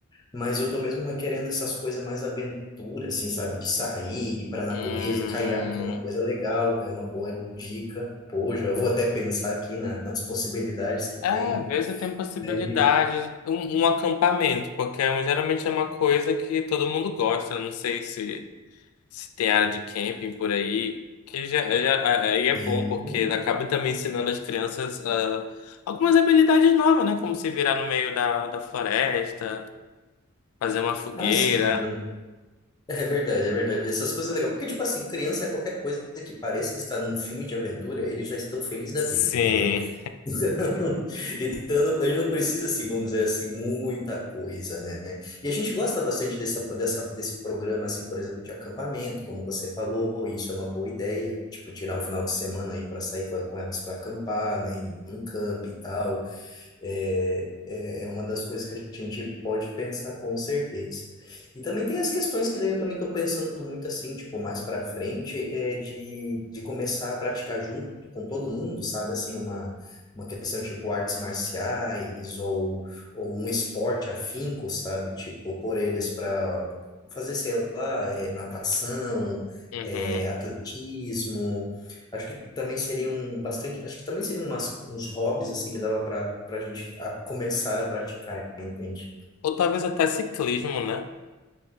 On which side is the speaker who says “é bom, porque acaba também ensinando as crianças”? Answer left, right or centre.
Left